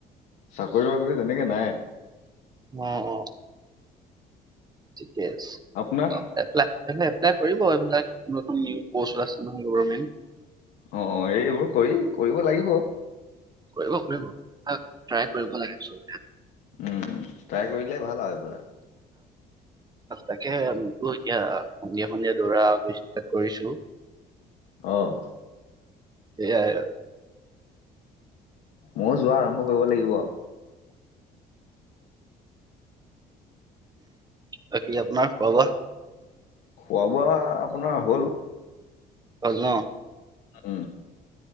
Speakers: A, on the left (about 80°); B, on the right (about 25°).
A: চাকৰি বাকৰি তেনেকে নাই।
B: অ অ। ঠিকে আছে।
A: আপোনাৰ
B: এপলাই। এইবিলাক এপ্লাই কৰিব, এইবিলাক নতুন নিউ পষ্ট উলাইছে নহয় গৰমেণ্ট।
A: অ অ এইবোৰ কৰি কৰিব লাগিব।
B: কৰিব কৰিব ট্ৰাই কৰিব লাগে চব।
A: উম ট্ৰাই কৰিলে ভাল আৰু এইবোৰ
B: তাকে। এতিয়া সন্ধিয়া সন্ধিয়া দৌৰা আ ষ্টাৰত কৰিছোঁ।
A: অহ।
B: এয়াই
A: ময়ো যোৱা আৰম্ভ কৰিব লাগিব আৱ
B: বাকী আপোনাৰ খোৱা বোৱা
A: খোৱা বোৱা আপোনাৰ হ'ল।
B: হ'ল ন।
A: উম।